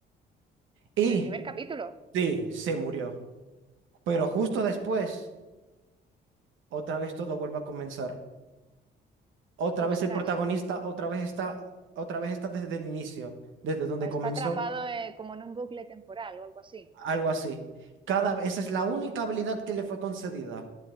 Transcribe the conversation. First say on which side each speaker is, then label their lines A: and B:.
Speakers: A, on the right; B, on the right.
A: Y
B: en el primer capítulo,
A: sí, se murió. Pero justo después, otra vez todo vuelve a comenzar. Otra
B: ostras,
A: vez el protagonista, otra vez está, otra vez está desde el inicio, desde donde
B: o sea,
A: comenzó.
B: está atrapado eh, como en un bucle temporal o algo así.
A: Algo así. Cada, esa es la única habilidad que le fue concedida.